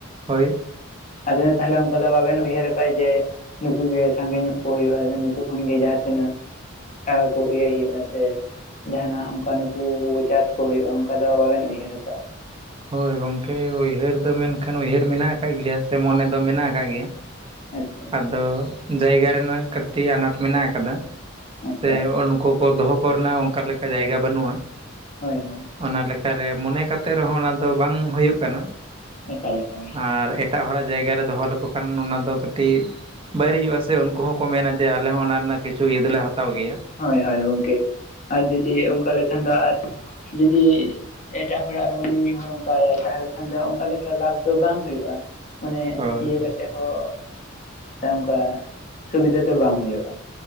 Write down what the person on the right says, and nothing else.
ᱦᱳᱭ ᱾
ᱦᱳᱭ ᱜᱚᱝᱠᱮ, ᱩᱭᱦᱟᱹᱨ ᱫᱚ ᱢᱮᱱᱠᱷᱟᱱ ᱩᱭᱦᱟᱹᱨ ᱢᱮᱱᱟᱜ ᱟᱠᱟᱫ ᱜᱮᱭᱟ ᱥᱮ ᱢᱚᱱᱮ ᱫᱚ ᱢᱮᱱᱟᱜ ᱟᱠᱟᱫ ᱜᱮᱭᱟ ᱾
ᱟᱫᱚ, ᱡᱟᱭᱜᱟ ᱨᱮᱱᱟᱜ ᱠᱟᱹᱴᱤᱡ ᱟᱱᱟᱴ ᱢᱮᱱᱟᱜ ᱟᱠᱟᱫᱟ,
ᱛᱮ ᱦᱩᱱᱠᱩ ᱠᱚ ᱫᱚᱦᱚ ᱠᱚ ᱨᱮᱱᱟᱜ ᱚᱱᱠᱟ ᱞᱮᱠᱟ ᱡᱟᱭᱜᱟ ᱵᱟᱹᱱᱩᱜᱼᱟ ᱾
ᱚᱱᱟ ᱞᱮᱠᱟᱨᱮ ᱢᱚᱱᱮ ᱠᱟᱛᱮ ᱨᱮᱦᱚᱸ ᱚᱱᱟ ᱫᱚ ᱵᱟᱝ ᱦᱩᱭᱩᱜ ᱠᱟᱱᱟ ᱾
ᱟᱨ ᱮᱠ ᱮᱴᱟᱜ ᱦᱚᱲᱟᱜ ᱡᱟᱭᱜᱟ ᱨᱮ ᱫᱚᱦᱚ ᱞᱮᱠᱚ ᱠᱷᱟᱱ, ᱚᱱᱟ ᱫᱚ ᱠᱟᱹᱴᱤᱡ, ᱵᱟᱭᱨᱤᱡᱚᱜᱼᱟ ᱥᱮ ᱩᱱᱠᱩ ᱦᱚᱸᱠᱚ ᱢᱮᱱᱟ, ᱡᱮ ᱟᱞᱮ ᱦᱚᱸ, ᱚᱱᱟ ᱨᱮᱱᱟᱜ ᱠᱤᱪᱷᱩ ᱤᱭᱟᱹ ᱫᱚᱞᱮ ᱦᱟᱛᱟᱣ ᱜᱮᱭᱟ ᱾
ᱦᱳᱭ